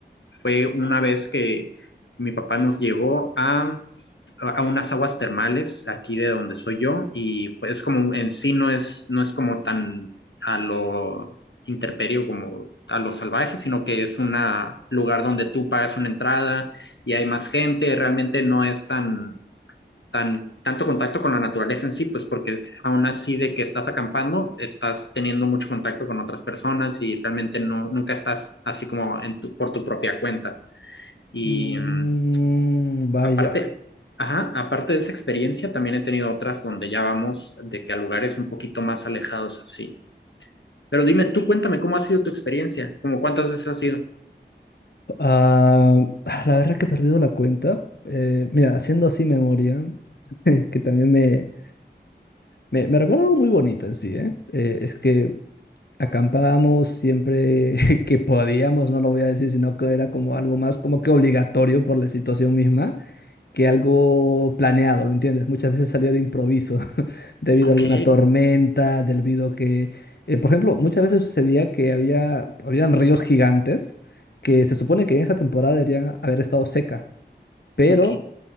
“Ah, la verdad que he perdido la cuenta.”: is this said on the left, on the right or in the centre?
Left